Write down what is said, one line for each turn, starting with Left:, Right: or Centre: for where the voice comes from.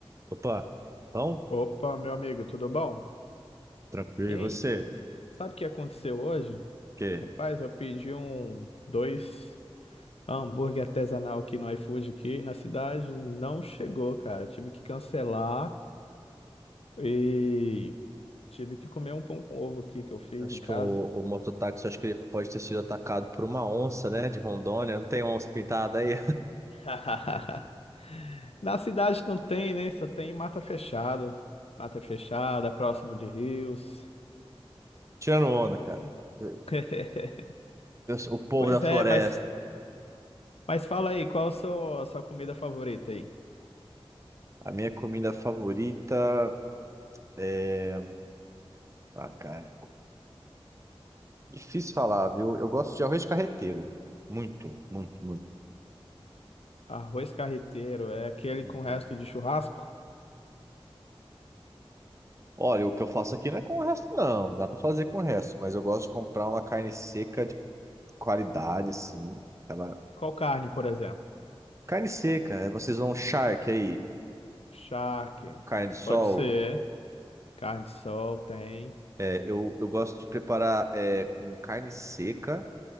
Right: Opa, então,
Left: Opa, meu amigo, tudo bom?
Right: tranquilo,
Left: Hein?
Right: e você?
Left: Sabe o que aconteceu hoje?
Right: Porque
Left: Rapaz, eu pedi um, dois hambúrguer artesanal aqui no iFood aqui na cidade, e não chegou, cara. Tive que cancelar e tive que comer um pão com ovo aqui que eu fiz
Right: acho
Left: em casa.
Right: que o, o mototáxi, acho que ele pode ter sido atacado por uma onça, né, de Rondônia. Não tem onça pintada aí?
Left: <laughs> Na cidade não tem, né? Só tem mata fechada. Mata fechada, próximo de rios.
Right: <laughs> Tirando onda,
Left: Aqui.
Right: cara. Eu-
Left: <laughs>
Right: O povo
Left: Pois
Right: da floresta.
Left: é, mas, mas fala aí, qual a sua, a sua comida favorita aí?
Right: A minha comida favorita é... Ah, cara, difícil falar, viu? Eu gosto de arroz carreteiro. Muito, muito, muito.
Left: Arroz carreteiro é aquele
Right: Uhum.
Left: com resto de churrasco?
Right: Olha, o que eu faço aqui não é com o resto, não. Dá pra fazer com o resto, mas eu gosto de comprar uma carne seca de qualidade, assim. Ela
Left: Qual carne, por exemplo?
Right: Carne seca, é, vocês vão charque aí,
Left: Charque.
Right: carne de sol.
Left: Pode ser. Carne de sol tem.
Right: É, eu, eu gosto de preparar é, com carne seca,